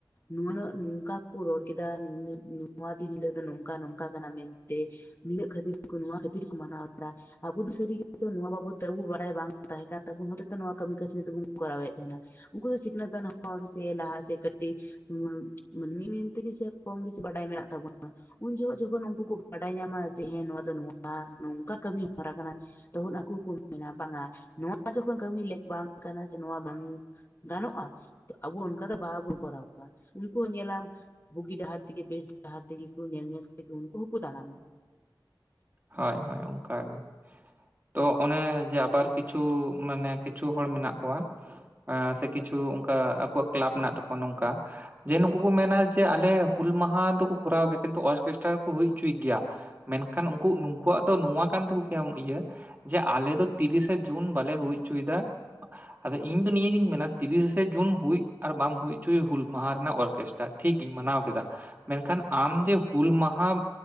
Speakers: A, on the left; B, on the right.
A: ᱱᱩᱱᱟᱹᱜ ᱱᱚᱝᱠᱟ ᱠᱚ ᱨᱚᱲ ᱠᱮᱫᱟ ᱱᱩᱱᱟᱹᱜ ᱱᱚᱣᱟ ᱤᱫᱤᱠᱟᱛᱮ ᱱᱚᱝᱠᱟ ᱱᱚᱝᱠᱟ ᱠᱟᱱᱟ ᱢᱮᱱᱛᱮ᱾ ᱱᱩᱱᱟᱹᱜ ᱠᱷᱟᱹᱛᱤᱨ ᱱᱚᱣᱟ ᱠᱷᱟᱹᱛᱤᱨ ᱠᱚ ᱢᱟᱱᱟᱣ ᱫᱟ᱾ ᱟᱵᱚ ᱫᱚ ᱥᱟᱹᱨᱤᱜᱮ ᱱᱚᱣᱟ ᱵᱟᱵᱚᱫ ᱠᱟᱹᱢᱤ ᱵᱟᱲᱟᱭ ᱛᱟᱦᱮᱫ ᱦᱚᱛᱮ ᱛᱮ ᱱᱚᱣᱟ ᱠᱟᱹᱢᱤ ᱠᱟᱹᱥᱱᱤ ᱛᱮᱵᱚᱱ ᱠᱚᱨᱟᱣᱮᱫ ᱛᱟᱦᱮᱱᱟ᱾ ᱚᱠᱚᱭ ᱥᱤᱠᱷᱱᱟᱹᱛᱟᱱ ᱦᱚᱲ ᱥᱮ ᱞᱟᱦᱟ ᱥᱮᱫ ᱠᱟᱹᱴᱤᱡ ᱦᱩᱸ ᱢᱟᱹᱱᱢᱤ ᱢᱮᱱ ᱛᱮᱜᱮ ᱥᱮ ᱠᱚᱢ ᱵᱮᱥᱤ ᱵᱟᱰᱟᱭ ᱢᱮᱱᱟᱜ ᱛᱟᱵᱚᱱᱟ᱾ ᱩᱱ ᱡᱚᱦᱚᱜ ᱡᱚᱠᱷᱚᱱ ᱩᱱᱠᱩ ᱠᱚ ᱵᱟᱰᱟᱭ ᱧᱟᱢᱟ ᱡᱮ ᱦᱮᱸ ᱱᱚᱣᱟ ᱫᱚ ᱱᱚᱣᱟ ᱱᱚᱝᱠᱟ ᱠᱟᱹᱢᱤ ᱦᱚᱨᱟ ᱠᱟᱱᱟ᱾ ᱛᱚᱠᱷᱚᱱ ᱟᱠᱚ ᱦᱚᱠᱚ ᱢᱮᱱᱟ ᱵᱟᱝᱟ ᱱᱚᱣᱟ ᱡᱚᱠᱷᱚᱱ ᱠᱟᱹᱢᱤ ᱞᱮᱜ ᱵᱟᱝ ᱠᱟᱱᱟ ᱥᱮ ᱱᱚᱣᱟ ᱵᱟᱝ ᱜᱟᱱᱚᱜᱼᱟ ᱟᱵᱚ ᱚᱱᱠᱟ ᱜᱮ ᱵᱟᱦᱟ ᱵᱚᱱ ᱠᱚᱨᱟᱣᱟ ᱩᱱᱠᱩᱭᱟᱜ ᱧᱮᱞᱟᱢ ᱵᱩᱜᱤ ᱰᱟᱦᱟᱨ ᱛᱮᱜᱮ ᱵᱮᱥ ᱰᱟᱦᱟᱨ ᱛᱮᱜᱮ ᱠᱚ ᱧᱮᱞ ᱧᱮᱞ ᱛᱮᱜᱮ ᱩᱱᱠᱩ ᱦᱚᱸᱠᱚ ᱛᱟᱲᱟᱢᱟ᱾
B: ᱦᱚᱭ ᱦᱚᱭ ᱚᱱᱠᱟᱜᱮ ᱛᱚ ᱚᱱᱮ ᱡᱮ ᱟᱵᱟᱨ ᱠᱤᱪᱷᱩ ᱢᱟᱱᱮ ᱠᱤᱪᱷᱩ ᱦᱚᱲ ᱢᱮᱱᱟᱜ ᱠᱚᱣᱟ ᱥᱮ ᱠᱤᱪᱷᱩ ᱚᱱᱠᱟ ᱟᱠᱚᱣᱟᱜ ᱠᱮᱞᱟᱯ ᱢᱮᱱᱟᱜ ᱛᱟᱠᱚᱣᱟ᱾ ᱚᱱᱚ ᱚᱝᱠᱟ ᱡᱮ ᱱᱩᱠᱩ ᱠᱚ ᱢᱮᱱᱟ ᱡᱮ ᱟᱞᱮ ᱦᱩᱞ ᱢᱟᱦᱟ ᱫᱚᱠᱚ ᱠᱚᱨᱟᱣ ᱜᱮᱭᱟ ᱠᱤᱱᱛᱩ ᱚᱨᱠᱮᱥᱴᱟᱨᱠᱚ ᱦᱩᱭ ᱦᱚᱪᱚᱭ ᱜᱮᱭᱟ ᱢᱮᱱᱠᱷᱟᱱ ᱱᱩᱠᱩᱣᱟᱜ ᱫᱚ ᱱᱚᱣᱟ ᱠᱟᱱ ᱛᱟᱠᱚᱭᱟ ᱟᱢ ᱤᱭᱟᱹ? ᱡᱮ ᱟᱞᱮ ᱫᱚ ᱛᱤᱨᱤᱥᱮ ᱡᱩᱱ ᱵᱟᱞᱮ ᱦᱩᱭ ᱦᱚᱪᱚᱭᱮᱫᱟ᱾ ᱟᱫᱚ ᱤᱧ ᱫᱚ ᱱᱤᱭᱟᱹᱜᱤᱧ ᱢᱮᱱᱟ ᱛᱤᱨᱤᱥᱮ ᱡᱩᱱ ᱦᱩᱭ ᱟᱨ ᱵᱟᱢ ᱦᱩᱭ ᱦᱚᱪᱚᱭ ᱦᱩᱞ ᱢᱟᱦᱟ ᱨᱮᱱᱟᱜ ᱚᱨᱠᱮᱥᱴᱟᱨ᱾ ᱴᱷᱤᱠᱜᱤᱧ ᱢᱟᱱᱟᱣ ᱠᱮᱫᱟ ᱢᱮᱱᱠᱷᱟᱱ ᱟᱢ ᱡᱮ ᱦᱩᱞ ᱢᱟᱦᱟ